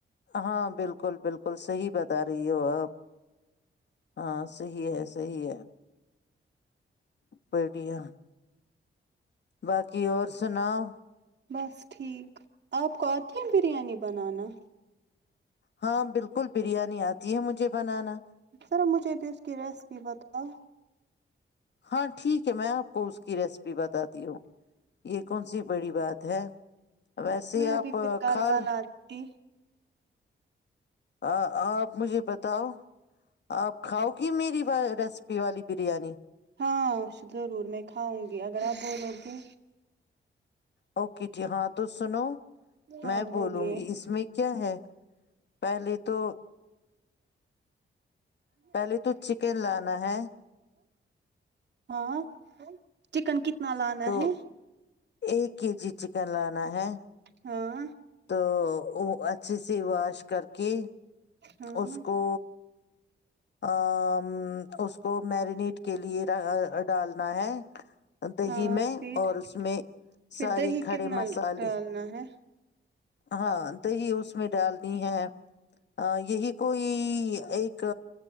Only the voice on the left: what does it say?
ہاں بالکل بالکل صحیح بتا رہی ہو آپ ہاں صحیح ہے صحی ہے بیٹیاں باقی اور سناؤ
ہاں بالکل بریانی آتی ہے مجھے بنانا
ہاں ٹھیک ہے میں آپ کو اس کی ریسیپی بتاتی ہوں یہ کون سی بڑی بات ہے ویسے
آپ
کھال
آ آپ مجھے بتاؤ آپ کھاؤ گی میری ریسیپی والی بریانی
اوکے جی ہاں توس سنو
میں بولوں
گی اس میں کیا ہے پہلے تو پہلے تو چکن لانا ہے
تو
ایک کے جی چکن لانا ہے
تو وہ اچھے سے واش کر کے
اس کو آ ا اس کو میرینیٹ کے لیے ڈالنا ہے دہی
میں
اور اس میں
سارے
کھڑے
مسالے
ہاں دہی اس میں ڈالنی ہے یہی کوئی ایک